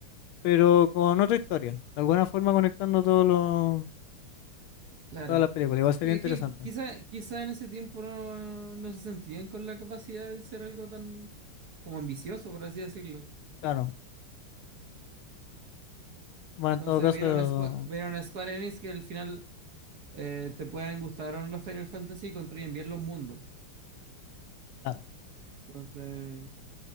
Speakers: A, on the left; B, on the right.
A: pero con otra historia, de alguna forma conectando todos los,
B: Claro.
A: todas las películas, igual sería
B: Y
A: interesante,
B: es que quizá, quizá en ese tiempo no, no se sentían con la capacidad de ser algo tan como ambicioso, por así decirlo.
A: claro. Bueno,
B: Entonces
A: en todo caso,
B: vieron a, Squa- vieron a Square Enix que al final eh, te pueden gustar o no los Final Fantasy y construyen bien los mundos.
A: claro.
B: Entonces